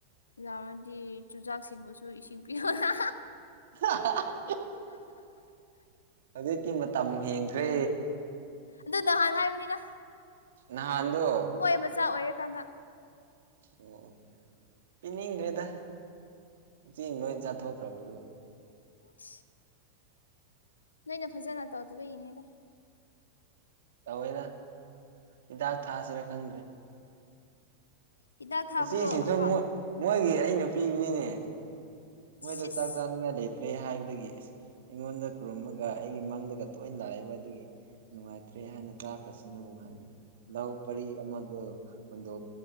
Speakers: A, on the left (about 75°); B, on the right (about 60°).
A: ꯌꯥꯔꯗꯤ ꯆꯨꯖꯥꯛꯁꯤꯡꯕꯨꯁꯨ ꯏꯁꯤꯡ ꯄꯤꯎꯅ
B: ꯑ <unintelligible> ꯑꯗꯨꯀꯤ ꯃꯇꯝ ꯍꯦꯟꯈ꯭ꯔꯦ
A: ꯑꯗꯨ ꯅꯍꯥꯟ ꯍꯥꯏꯕꯅꯤꯗ
B: ꯅꯍꯥꯟꯗꯣ
A: ꯍꯣꯏ ꯃꯆꯥ ꯑꯣꯏꯔꯀꯥꯟꯗ
B: ꯑꯣ ꯑꯣ ꯄꯤꯅꯤꯡꯗ꯭ꯔꯦꯗ ꯎꯆꯤꯅ ꯂꯣꯏ ꯆꯥꯊꯣꯛꯈ꯭ꯔꯕꯗꯨꯕꯨ
A: ꯠ <unintelligible> ꯅꯣꯏꯅ ꯐꯖꯅ ꯇꯧꯗꯕ ꯏꯅꯦꯗ
B: ꯇꯧꯋꯦꯗ ꯍꯤꯗꯥꯛ ꯊꯥꯁꯤꯔꯥ ꯈꯪꯗ꯭ꯔꯦ
A: ꯍꯤꯗꯥꯛ ꯊꯥꯕꯗꯣ
B: ꯎꯆꯦꯁꯤꯁꯨ
A: ꯍꯥꯞ
B: ꯃꯣꯏꯒꯤ ꯑꯩꯅ ꯄꯤꯕꯅꯤꯅꯦ ꯃꯣꯏꯗꯣ
A: ꯁꯤꯁ
B: ꯆꯥꯛ ꯆꯥꯅꯤꯡꯉꯥꯏ ꯂꯩ ꯇ꯭ꯔꯦ ꯍꯥꯏꯕꯗꯒꯤ ꯑꯁ ꯑꯩꯉꯣꯟꯗ ꯈꯨꯔꯨꯝꯃꯒ ꯑꯩꯒꯤ ꯃꯡꯗꯒ ꯇꯣꯏꯅ ꯂꯥꯛꯑꯕ ꯑꯗꯨꯒꯤ ꯅꯨꯡꯉꯥꯏꯇ꯭ꯔꯦ ꯍꯥꯏꯅ ꯆꯥꯈ꯭ꯔꯁꯅꯨ ꯍꯥꯏꯅ ꯂꯧ ꯄꯔꯤ ꯑꯃꯗꯣ ꯍꯨꯟꯗꯣꯛ